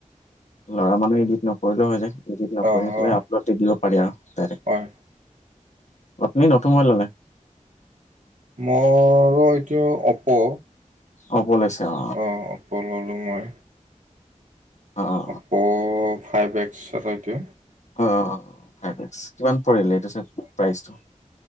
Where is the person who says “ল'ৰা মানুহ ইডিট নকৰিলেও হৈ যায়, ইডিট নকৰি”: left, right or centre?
Left